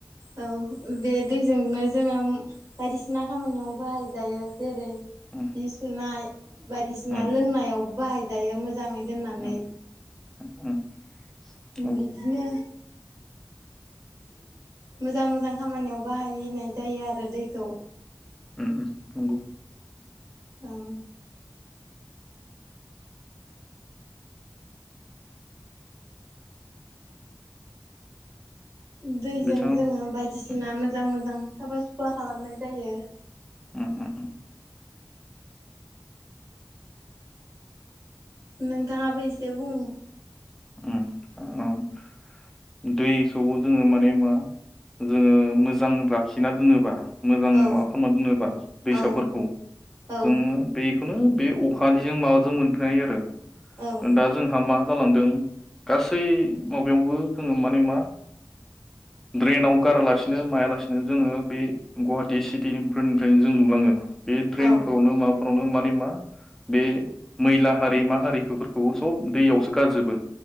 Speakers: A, on the right; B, in the centre.
A: औ बे दैजोंनो जोङो बायदिसिना खामानियाव बाहायजायो जेरै जि
B: उम
A: सुनाय बायदिसिना
B: उम
A: लोंनायाव बाहाय जायो मोजाङै दोननानै
B: उम <inaudible> नंगौ
A: बिदिनो मोजां मोजां खामानियाव बाहायनाय जायो आरो दैखौ।
B: उम नंगौ।
A: उम। दैजों
B: बिथाङा
A: जोङो बायदिसिना
B: उम
A: मोजां मोजां साफा सुफा खालामनाय जायो।
B: उम उम
A: नोंथाङाबो एसे बुं।
B: उम ओम दैखौ जोङो माने मा जोङो मोजां लाखिना दोनोबा मोजां माबा
A: औ
B: खालामना दोनोबा दैसाफोरखौ
A: औ औ
B: जोङो बे बेखौनो बे अखानिजों माबाजों मोनफायो आरो।
A: ओं
B: दा जोंहा मा जालांदों गासै माबायावबो जोङो माने मा ड्रेनाव गारालासिनो मायालासिनो जोङो बे गुवाहाटी सिटिफोरनिफ्रायनो जों नुलाङो। बे ड्रेनफ्रावनो
A: औ
B: माबा फोरावनो माने मा बे मैला हारि मा हारिफोरखौ सब दैयावसो गारजोबो।